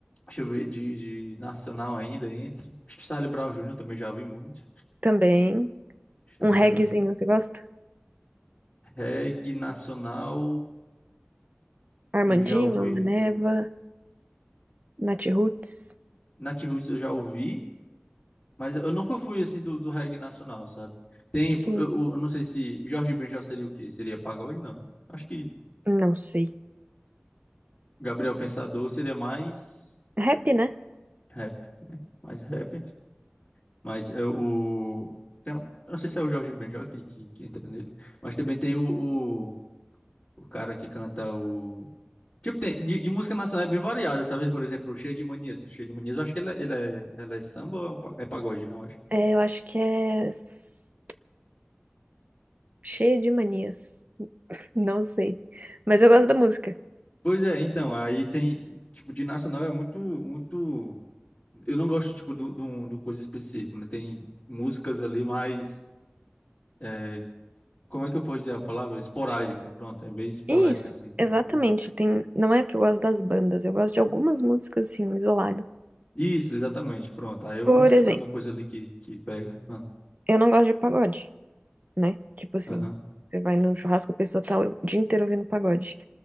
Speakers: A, on the left; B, on the right.
A: Deixa eu ver, de, de nacional ainda entra. Acho que Charlie Brown Júnior também já ouvi muito.
B: também.
A: Charlie
B: Um reggaezinho,
A: Brown Jr.
B: você gosta?
A: Reggae nacional,
B: Armandinho,
A: eu já ouvi.
B: Maneva, Nath Roots.
A: Nat Roots eu já ouvi. Mas eu nunca fui assim do, do reggae nacional, sabe? Tem,
B: Sim,
A: eu, eu- não sei se Jorge Benjor seria o quê? Seria pagode? Não, né? Acho que
B: não sei.
A: Gabriel Pensador seria mais
B: Rap, né?
A: rap, né? Mais rap. Mas é o. Tem, um- eu não sei se é o Jorge Benjor que, que, que entra nele. Mas também tem o, o, o cara que canta o. Tipo, tem, de, de música nacional é bem variada, sabe? Por exemplo, o Cheio de Manias. Cheio de Manias, eu acho que ele, é- ele é, ela é samba ou é um pa- é pagode, não?
B: É, eu acho que é s- cheia de manias. <laughs> Não sei. Mas eu gosto da música.
A: Pois é, então, aí tem, tipo, de nacional é muito, muito, eu não gosto, tipo, do, do, do coisa específica, né? Tem músicas ali mais, é, como é que eu posso dizer a palavra? Esporádica, pronto, é bem esporádica,
B: Isso,
A: assim, então,
B: exatamente.
A: tipo,
B: Tem... Não é que eu gosto das bandas, eu gosto de algumas músicas, assim, isolado.
A: isso, exatamente, pronto, aí eu
B: Por
A: vou escutando
B: exemplo,
A: alguma coisa ali que, que pega, ah,
B: eu não gosto de pagode, né? Tipo assim,
A: aham,
B: você vai no churrasco, a pessoa tá o dia inteiro ouvindo pagode.